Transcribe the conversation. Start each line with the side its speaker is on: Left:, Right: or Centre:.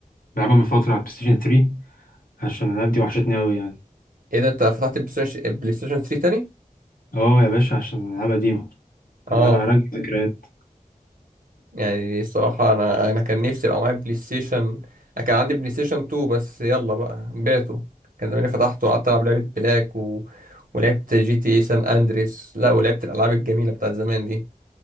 Left: بلعبها من فترة على بلايستيشن 3 عشان الألعاب دي وحشتني أوي يعني
Right: ايه ده انت فتحت البلاي ستيشن البلاي ستيشن 3 تاني
Left: اه يا باشا عشان الألعاب قديمة
Right: اه
Left: أنا هراجع ذكريات
Right: يعني الصراحة أنا أنا كان نفسي يبقى معايا بلاي ستيشن أنا كان عندي بلاي ستيشن 2 بس يلا بقى بعته كان زماني فتحته وقعدت ألعب لعبة بلاك و... ولعبت جي تي اي سان أندريس لا ولعبت الألعاب الجميلة بتاعت زمان دي